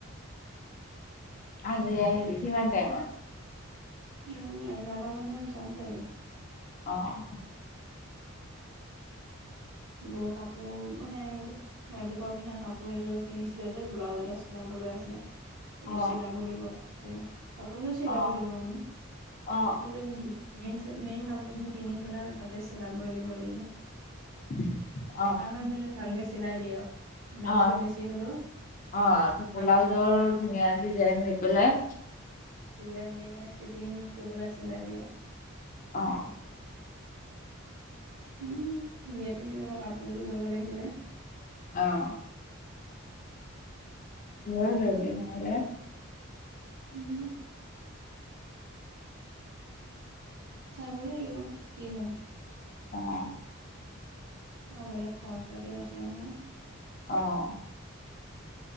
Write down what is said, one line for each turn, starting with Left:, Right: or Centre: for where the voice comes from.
Left: আজি আহিলি, কিমান টাইমত?
Right: উম, এঘাৰটা মানত যাম চাগে।
Left: অ'।
Right: বোৰ কাপোৰ মানে, ৰাতিপুৱা পিন্ধা কাপোৰ এযোৰ কিনিছিলোঁ যে ব্লাউজ এটা চিলা বলৈ, আছে। কিন্তু
Left: অ
Right: চিলাব দিব <inaudible> কাপোৰযোৰ চিলাব
Left: অ
Right: দিব মানে,
Left: অ
Right: সেইযোৰ মেইন চে, মেইন কাপোৰযোৰ কিনি পেলাই তাতে চিলাবলৈ দিব লাগিব।
Left: <unintelligible>
Right: টাউনত দিলে ভালকে চিলাই দিয়ে, আৰু দামটো
Left: অ
Right: বেছি হ'লেও।
Left: অ',
Right: কাপোৰ
Left: ব্লাউজৰ
Right: মানে
Left: ধুনীয়া ডিজাইন দি পেলাই
Right: ডিজাইন দি মানে ফিটিং কৰিবলৈ চিলাই দিয়ে আৰু
Left: অ
Right: উম, বিয়াত পিন্ধিবলৈ কাপোৰ এযোৰ ল'ব লাগিছিলে।
Left: অ'। লৈ ল'বি, নহ'লে
Right: উম। চাব লাগিব, কি হয়?
Left: অ'।
Right: অ', বেলেগ খৰচ পাতিও আছে নহয়।
Left: অ'।